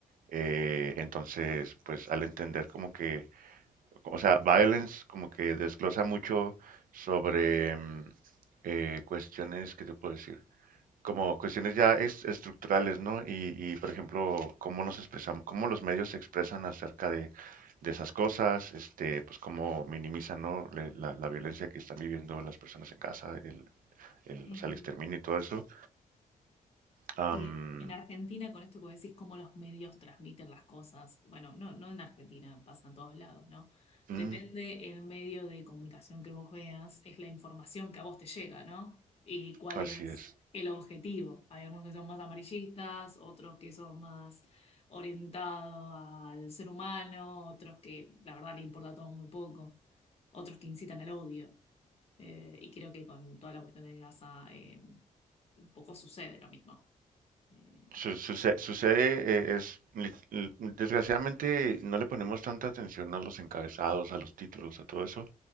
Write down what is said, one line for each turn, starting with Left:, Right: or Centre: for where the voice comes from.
Right: Eh, entonces, pues al entender como que, o sea, Violence como que desglosa mucho sobre em, eh, cuestiones, ¿qué te puedo decir? como cuestiones ya es- estructurales, ¿no? Y, y, por ejemplo, cómo nos expresamos, cómo los medios se expresan acerca de, de esas cosas, este, pues cómo minimizan, ¿no? Le- La, la violencia que están viviendo las personas en casa, el, el,
Left: Eh,
Right: o sea, el exterminio y todo eso. Am,
Left: Sí, en Argentina, con esto que vos decís, cómo los medios transmiten las cosas, bueno, no, no en Argentina, pasa en todos lados, ¿no?
Right: mm,
Left: Depende el medio de comunicación que vos veas, es la información que a vos te llega, ¿no? Y cuál
Right: así
Left: es
Right: es.
Left: el objetivo. Hay algunos que son más amarillistas, otros que son más orientados al ser humano, otros que la verdad le importa todo muy poco, otros que incitan al odio. Eh, y creo que con toda la cuestión de Gaza, eh, un poco sucede lo mismo. Eh,
Right: Su- suce- Sucede, eh, es, li- l- desgraciadamente no le ponemos tanta atención a los encabezados, a los títulos, a todo eso,